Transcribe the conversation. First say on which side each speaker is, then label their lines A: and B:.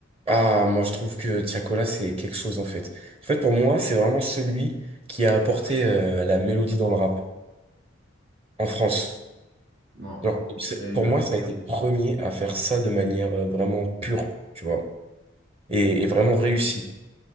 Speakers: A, on the right (about 30°); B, on the right (about 75°).
A: Ah, moi je trouve que Tiakola c'est quelque chose en fait. En fait pour moi c'est vraiment celui qui a apporté euh, la mélodie dans le rap en France.
B: Non,
A: Genre, c'est-
B: il y a eu
A: pour
B: avant.
A: moi ça a été le premier à faire ça de manière euh, vraiment pure, tu vois, et, et vraiment réussi.